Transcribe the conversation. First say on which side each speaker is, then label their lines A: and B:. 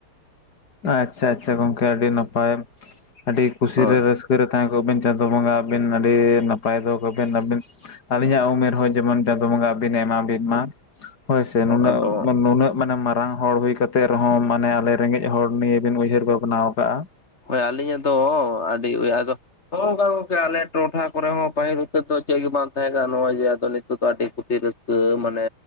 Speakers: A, on the left; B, on the left.
A: ᱟᱪᱪᱷᱟ ᱟᱪᱪᱷᱟ ᱜᱚᱝᱠᱮ ᱟᱹᱰᱤ ᱱᱟᱯᱟᱭ ᱟᱹᱰᱤ ᱠᱩᱥᱤ
B: ᱦᱳᱭ
A: ᱨᱮ ᱨᱟᱹᱥ ᱥᱠᱤᱨ ᱛᱟᱦᱮᱸ ᱠᱚᱜ ᱵᱤᱱ ᱪᱟᱸᱫᱳ ᱵᱚᱸᱜᱟ ᱟᱹᱵᱤᱱ ᱟᱹᱰᱤ ᱱᱟᱯᱟᱭ ᱫᱚᱦᱚ ᱠᱚᱵᱤᱱ ᱟᱹᱵᱤᱱ ᱟᱹᱞᱤᱧᱟᱜ ᱩᱢᱮᱨ ᱦᱚᱸ ᱡᱮᱢᱚᱱ ᱪᱟᱸᱫᱳ ᱵᱚᱸᱜᱟ ᱟᱵᱤᱱ ᱮ ᱮᱢᱟ ᱵᱤᱱ ᱢᱟ᱾ ᱦᱳᱭᱥᱮ ᱱᱩᱱᱟᱹᱜ
B: ᱟᱫᱚ
A: ᱱᱩᱱᱟᱹᱜ ᱢᱟᱱᱮ ᱢᱟᱨᱟᱝ ᱦᱚᱲ ᱦᱩᱭ ᱠᱟ ᱨᱮᱦᱚᱸ ᱢᱟᱱᱮ ᱟᱞᱮ ᱨᱮᱸᱜᱮᱡ ᱦᱚᱲ ᱱᱤᱭᱮ ᱵᱤᱱ ᱩᱭᱦᱟᱹᱨ ᱵᱷᱟᱵᱽᱱᱟᱣ ᱟᱠᱟᱜᱼᱟ ᱾
B: ᱦᱳᱭ ᱟᱹᱞᱤᱧᱟᱜ ᱫᱚ ᱟᱹᱰᱤ ᱟᱫᱚ ᱦᱚᱝᱠᱟ ᱜᱚᱝᱠᱮ ᱟᱞᱮ ᱴᱚᱴᱷᱟ ᱠᱚᱨᱮ ᱦᱚᱸ ᱯᱟᱹᱦᱤᱞ ᱩᱪᱟᱹ ᱫᱚ ᱪᱮᱫ ᱜᱮ ᱵᱟᱝ ᱛᱟᱦᱮᱸ ᱠᱟᱱᱟ ᱱᱚᱜᱼᱚᱭ ᱡᱮ ᱟᱫᱚ ᱱᱤᱛᱚᱜ ᱫᱚ ᱟᱹᱰᱤ ᱠᱩᱥᱤ ᱨᱟᱹᱥᱠᱟᱹ᱾ ᱠᱟᱹ ᱢᱟᱱᱮ